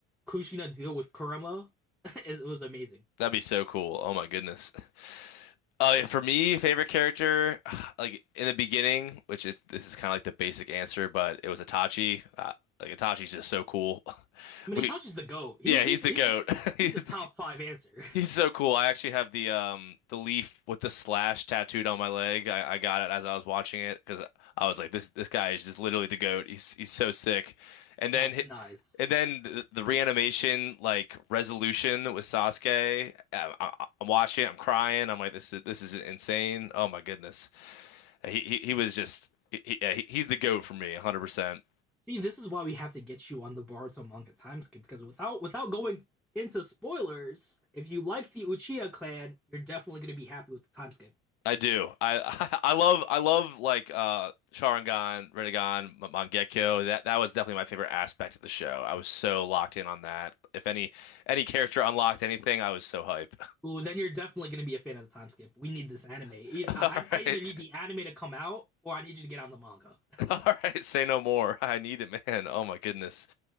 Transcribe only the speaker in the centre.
Kushina deal with Kurama <laughs> is it was amazing.
I mean,
he touches the GOAT. He,
he's
he's
he's a top
five answer.
<laughs> That's
nice.
See, this is why we have to get you on the Boruto manga time skip because without without going into spoilers, if you like the Uchiha clan, you're definitely going to be happy with the time skip.
Ooh, then you're definitely going to be a fan of the time skip. We need this anime. I,
I
either need the anime to come out or I need you to get on the manga. <laughs>